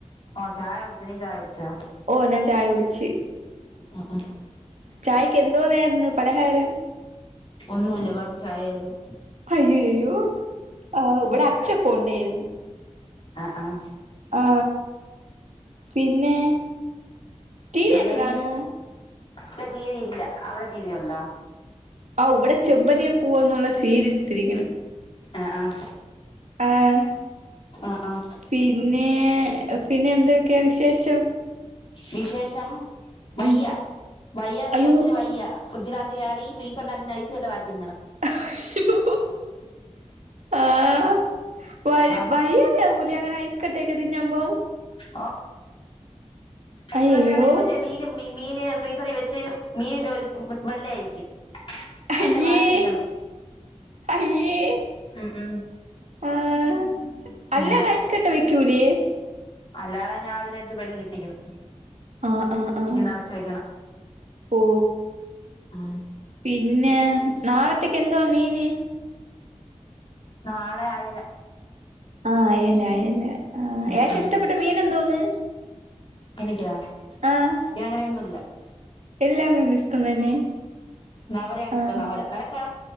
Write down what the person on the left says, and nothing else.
ഓ ചായ ഒടിച്ച നീ ചായ കുടിച്ചോ?
ആ ആ.
ഒന്നുവില്ല വെറും ചായായിരുന്നു.
ആഹ ആഹ.
പിന്നെനി
ഇവിടെ ടിവി ഇല്ല അവിടെ ടി വി ഉണ്ടോ?
ആഹ ആഹ
ആഹ ആഹ.
വിശേഷം വയ്യ
വയ്യ
കൊച്ചിന് വയ്യ ഫ്രി്ജിനകത്ത് കയറി ഫീസറിനകത്ത് ഐസ് സ് കട്ട വരത്തിണ്ടാണ്.
ആ
ഓ ഐസ്
കട്ട ആണെങ്കിൽ മറ്റേ മീനും മീന് ഫ്രീസറിൽ വെച്ച് മീനിന്റെ സ്മെല്ലായിരിക്കും
അതിനെ വാരി തിന്നണ്
ഉം ഉം
അങ്ങനെ
അല്ലാതെ ഞാ അതിന അടുത്ത് വെിൽിട്ടിക്കണം.
ഇ നിറച്ച വെക്കണം
ഉ.
നാളെ അയല.
ഉം
ഉം
എനിക്കാ
എനിക്കങ്ങനെയൊന്നുമല്ല
നവരയാണ്
ഇഷ്ടം നവര നിനക്കാ